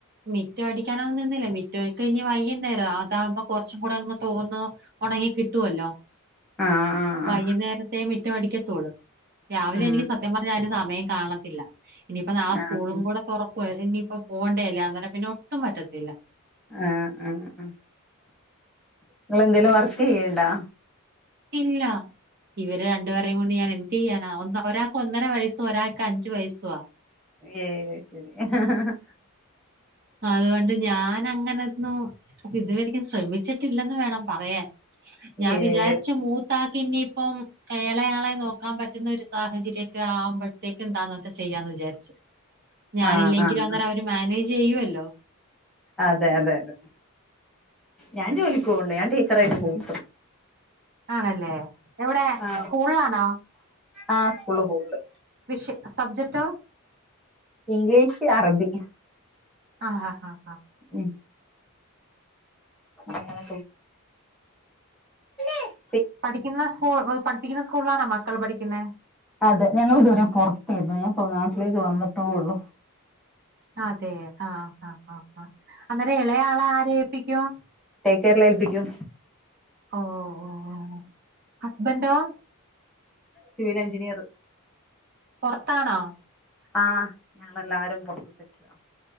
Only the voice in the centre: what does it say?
ആഹ് ആഹ്
ആഹ്
ഉം
ആഹ്
ആഹ ആ ആ നിങ്ങള് എന്തേലും വർക്ക് ചെയ്യണ്ടോ
ഏയ് ശരിഹാ ഹാ ഹ.
ഏഹ്
<inaudible>
ആഹ് ആഹ്
അതെ അതെ അതെ ഞാൻ ജോലിക് പോണ് ണ്ട് ഞാൻ ടീച്ചറായിട്ട് പോവും.
ആ..
ആ് സ്കൂള് പോവുണ്ട്,
ഇംഗ്ലീഷ് അറബി.
ഉം. അങ്ങനെ. <unintelligible>
അതെ ഞങ്ങൾ ഇതുവരെ പുറത്തായിരുന്നു, ഞാ ഇപ്പ നാട്ടിലേക്ക് വന്നിട്ടേ ഒള്ളു.
ടേക്ക് കെയറില് ഏൽപ്പിക്കും.
Civil engineer.
ആഹ് ഞങ്ങളെല്ലാരും പുറതേയ്ന്നു,